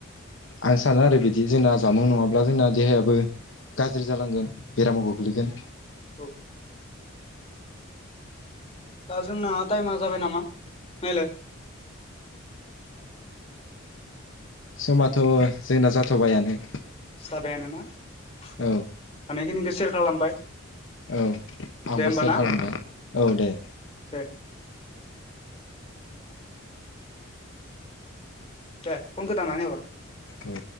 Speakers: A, on the left; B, on the left.
A: आं सानो आरो बिदि जोंना जामुं नङाब्ला जोंना देहायाबो गाज्रि जालांगोन बेरामाव गोग्लैगोन।
B: औ। दा जोंना टाइमा जाबाय नामा नायलाय।
A: समाथ' जोंना जाथ'बायानो।
B: जाबायानोना हानायखिनिखौ
A: औ
B: सेयार खालामबाय।
A: औ आंबो
B: दे होमबा
A: सेयार
B: ना
A: खालामबाय औ दे।
B: दे दे पनखौ दाननानै हर।
A: औ।